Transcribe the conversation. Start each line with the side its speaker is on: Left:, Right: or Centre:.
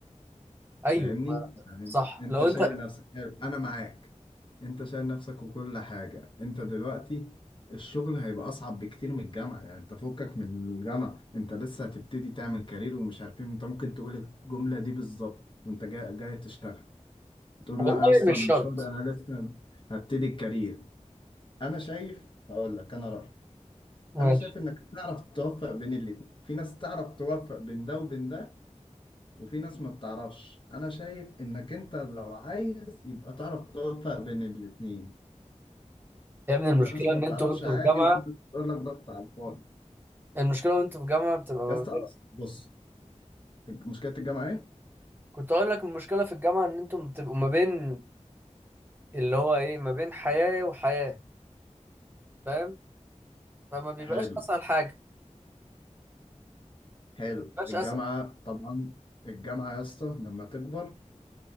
Right: ايوه
Left: فاهمني
Right: ما-
Left: يعني
Right: صح
Left: انت
Right: لو
Left: شايل
Right: انت
Left: نفسك حلو، انا معاك انت شايل نفسك وكل حاجة انت دلوقتي الشغل هيبقى اصعب بكتير من الجامعة يعني انت فكك من الجامعة انت لسه هتبتدي تعمل كارير ومش عارفين انت ممكن تقول الجملة دي بالظبط وانت جاي, جاي تشتغل تقول
Right: والله
Left: لا يا اسطى
Right: مش
Left: انا مش
Right: شرط
Left: فاضي انا لسه هبتدي الكارير انا شايف هقول لك انا رأيي
Right: ماشي
Left: انا شايف انك تعرف توفق بين الاتنين في ناس تعرف توفق بين ده وبين ده وفي ناس ما بتعرفش انا شايف انك انت لو عايز يبقى تعرف توفق بين الاتنين
Right: يا ابني
Left: في
Right: المشكله
Left: ناس ما
Right: ان
Left: بتعرفش
Right: انتوا وانتوا
Left: عادي
Right: في جامعه
Left: وفي ناس بتقول لك ضغط على الفاضي
Right: المشكله وانتوا في جامعه بتبقى ما
Left: يا اسطى
Right: بين...
Left: أصل بص مشكلة الجامعة ايه
Right: كنت اقول لك المشكله في الجامعه ان انتوا بتبقوا ما بين اللي هو ايه ما بين حياه وحياه فاهم فما بيبقاش
Left: حلو
Right: اسهل حاجه
Left: حلو
Right: ما بيبقاش
Left: الجامعة
Right: اسهل
Left: طبعا الجامعة يا اسطى لما تكبر